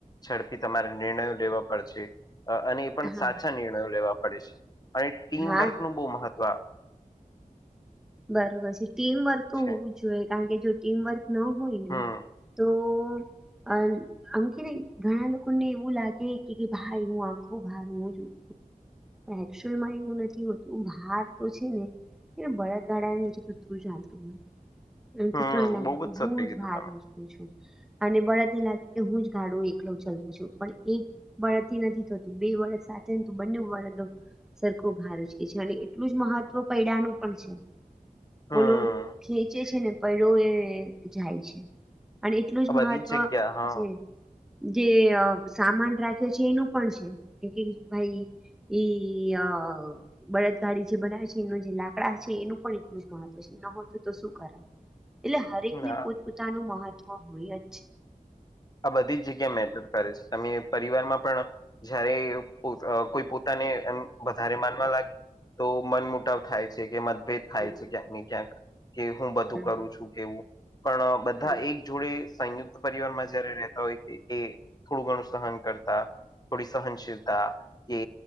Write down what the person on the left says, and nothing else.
ઝડપી તમારે નિર્ણયો લેવા પડશે. અને પણ
સાચા નિર્ણયો લેવા પડે છે. અને ટીમવર્ક
નું બો મહત્વ
છે
હમ
હમ
બહુ
સત્ય
કીધું
તમે
હમ
આ બધી
જગ્યા હા
આ
આ બધી જ જગ્યા મેટર કરે છે. તમે પરિવારમાં પણ જયારે કોઈ પોતાને એમ વધારે માનવા લાગી તો મન મુટાવ થાય છે કે મતભેદ થાય
છે ક્યાંક ને ક્યાંક કે હું બધું
કરું છું કેવું પણ બધા
એક જોડે સંયુક્ત પરિવારમાં જ્યારે રેતા હોય એ થોડું ઘણું સહન કરતા થોડી સહનશીલતા કે